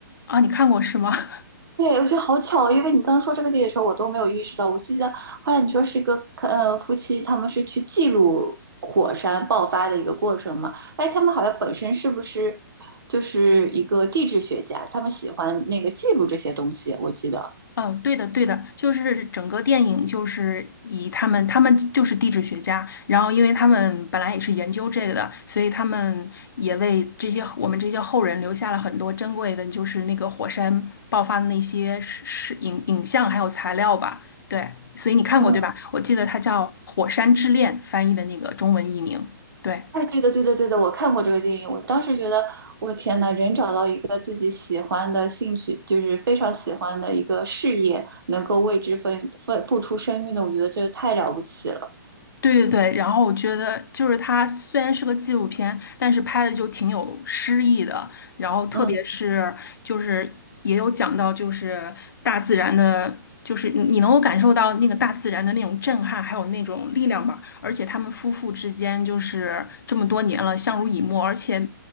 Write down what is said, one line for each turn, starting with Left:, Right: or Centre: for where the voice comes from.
Left: 啊，你看过是吗？<laughs>
Right: 对，我觉得好巧，因为你刚刚说这个电影的时候，我都没有意识到。我记得后来你说是一个呃夫妻，他们是去记录火山爆发的一个过程嘛？哎，他们好像本身是不是就是一个地质学家？他们喜欢那个记录这些东西，我记得。
Left: 哦，对的，对的，就是整个电影就是以他们，他们就是地质学家，然后因为他们本来也是研究这个的，所以他们也为这些我们这些后人留下了很多珍贵的，就是那个火山爆发的那些是是影影像还有材料吧。对，所以你看过对吧？
Right: 嗯。
Left: 我记得它叫《火山之恋》，翻译的那个中文译名。对。
Right: 哎，对的，对的，对的，我看过这个电影，我当时觉得，我天呐，人找到一个自己喜欢的兴趣，就是非常喜欢的一个事业，能够为之奋奋付出生命的，我觉得这太了不起了。
Left: 对对对，然后我觉得就是它虽然是个纪录片，但是拍的就挺有诗意的，然后特别是就是也有讲到就是大自然的，
Right: 嗯
Left: 就是你你能够感受到那个大自然的那种震撼，还有那种力量吧。而且他们夫妇之间就是这么多年了相濡以沫，而且